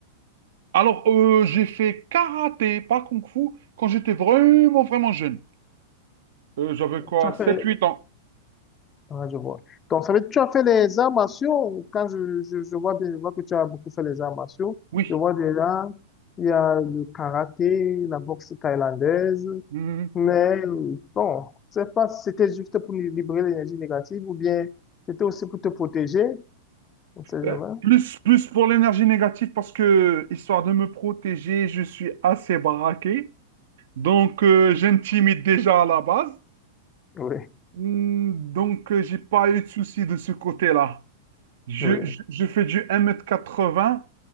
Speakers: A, on the right; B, on the left.
A: Alors, euh, j'ai fait karaté, pas kung fu, quand j'étais vraiment, vraiment jeune. Euh, j'avais quoi,
B: Tu as
A: sept
B: fait,
A: huit ans.
B: Ah, je vois. Donc, ça veut dire que tu as fait les arts martiaux. Quand je, je, je vois bien, je vois que tu as beaucoup fait les arts martiaux.
A: Oui.
B: Je vois déjà, il y a le karaté, la boxe thaïlandaise.
A: Mhm.
B: Mais euh, bon, je sais pas si c'était juste pour libérer l'énergie négative ou bien c'était aussi pour te protéger. On ne sait jamais.
A: Euh, plus, plus pour l'énergie négative parce que, histoire de me protéger, je suis assez baraqué. Donc, euh, j'intimide déjà à la base.
B: Oui.
A: Hmm, Donc, euh, j'ai pas eu de souci de ce côté-là. Je,
B: Oui,
A: je- je fais du un mètre quatre-vingts.